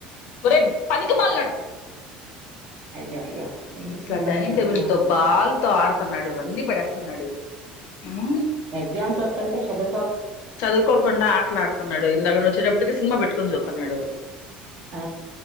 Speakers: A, on the left (about 65°); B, on the right (about 40°).
A: ఒరేయ్ పనికిమాలినోడ
B: అయ్యో అయ్యో ఎందుకు
A: అసలా
B: పిల్లోడిని
A: డైనింగ్
B: తిడుతున్నావ్
A: టేబుల్ తో
B: అట్లాగా
A: బాల్ తో ఆడతా న్నాడు అన్ని బడెస్తున్నాడు హ్మ్
B: ఎగ్జామ్స్ వత్తుంటే చదు
A: చదువుకోకుండా ఆటలాడుతున్నాడు ఇందాక నేను వచ్చేటప్పటికి సినిమా పెట్టుకొని చూతున్నాడు
B: ఆ